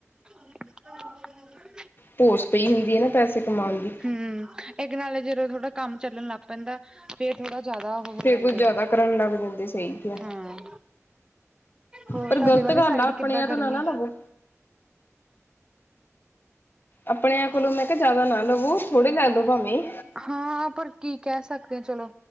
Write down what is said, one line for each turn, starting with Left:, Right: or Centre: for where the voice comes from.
Right: <inaudible>
Left: ਭੂਸ ਪਈ ਹੁੰਦੀ ਐ ਨਾ ਪੈਸੇ ਕਮਾਣ ਦੀ
Right: ਹਮ, ਇੱਕ ਨਾਲੇ ਜਦੋਂ ਥੋੜਾ ਕੰਮ ਚੱਲਣ ਲੱਗ ਪੈਂਦਾ ਫਿਰ ਥੋੜਾ ਜਿਆਦਾ ਉਹੋ ਹੋ
Left: ਫੇਰ
Right: ਜਾਂਦੈ
Left: ਕੁੱਝ ਜ਼ਿਆਦਾ ਕਰਨ ਲੱਗ ਜਾਂਦੇ ਸਹੀ ਕਿਹਾ
Right: ਐ। ਹੋਰ
Left: ਪਰ
Right: ਤੁਆਡੇ
Left: ਗ਼ਲਤ
Right: ਵਾਲੀ
Left: ਗੱਲ
Right: ਸਾਈਡ
Left: ਆ ਆਪਣਿਆਂ
Right: ਕਿੱਦਾਂ
Left: ਤੋਂ
Right: ਗਰਮੀ?
Left: ਨਾ ਨਾ ਲਵੋ ਆਪਣਿਆਂ ਕੋਲੋਂ ਮੈਂ ਕਿਹਾ ਜ਼ਿਆਦਾ ਨਾ ਲਵੋ ਥੋੜੇ ਲੈ ਲੋ ਭਾਵੇਂ
Right: ਹਾਂ ਪਰ ਕੀ ਕਹਿ ਸਕਦੇ ਆ ਚਲੋ।